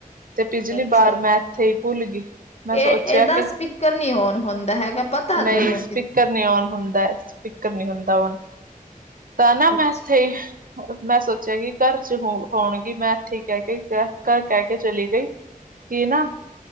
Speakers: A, on the right; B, on the left.
A: ਤੇ ਪਿਛਲੀ
B: ਅੱਛਾ,
A: ਵਾਰ ਮੈਂ ਇੱਥੇ ਹੀ ਭੁੱਲ ਗਈ। ਮੈਂ
B: ਇਹ
A: ਸੋਚਿਆ
B: ਇਹਦਾ
A: ਕਿ
B: ਸਪੀਕਰ ਨੀ ਓਨ ਹੁੰਦਾ ਹੈਗਾ। ਪਤਾ
A: ਨਹੀਂ
B: ਤੁਹਾਨੂੰ
A: ਸਪੀਕਰ
B: ਕਿ
A: ਨੀ ਓਨ ਹੁੰਦਾ ਸਪੀਕਰ ਨਹੀਂੀ ਹੁੰਦਾ ਓਨ। ਤਾਂ ਨਾ
B: ਅੱਛ
A: ਮੈਥੇ ਮੈਂ ਸੋਚਿਆ ਕਿ ਘਰ ਚ ਹੋ ਹੋਣਗੀ ਮੈਂ ਇੱਥੇ ਹੀ ਕਹਿ ਕੇ ਘਰ ਕਹਿ ਕੇ ਚਲੀ ਗਈ। ਕੀ ਨਾ